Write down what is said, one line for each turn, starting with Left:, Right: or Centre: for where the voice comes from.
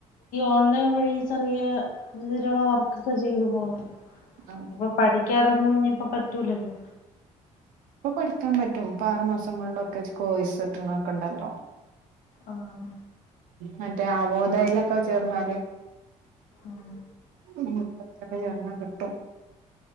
Left: ഓൺലൈൻ വഴി ചെറിയ രീതിലുള്ള വർക്കൊക്കെ ചെയ്ത് പോകും
Right: ആഹ്
Left: ഇനിപ്പ പഠി ക്കാനൊന്നും ഇഞ്ഞിപ്പോ പറ്റൂലല്ലോ
Right: ഇപ്പൊ പഠിക്കാൻ പറ്റും ഇപ്പൊ ആറുമാസം കൊണ്ടൊക്കെ കോയിസ്ട്ട്ണൊക്കെ ഉണ്ടല്ലോ
Left: ആഹ്
Right: മറ്റേ അവോദെലൊക്കെ ചേർന്നാല്
Left: ഉം
Right: ഉം ഇപ്പൊ അതിലൊക്കെ ചേർന്നാ കിട്ടും